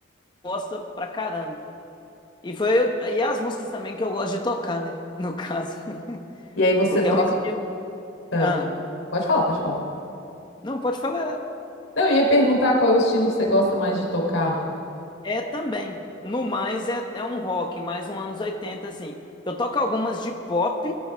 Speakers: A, on the left (about 20°); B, on the left (about 85°).
A: gosta pra caramba. E foi e as músicas também que eu gosto de tocar, né? No caso, <laughs>
B: E aí você
A: porque
B: toca.
A: é um estilo.
B: ah,
A: Ah,
B: pode falar, pode falar.
A: não pode falar.
B: Não, eu ia perguntar qual é o estilo que você gosta mais de tocar.
A: É também. No mais é, é um rock, mais um anos 80 assim. Eu toco algumas de pop,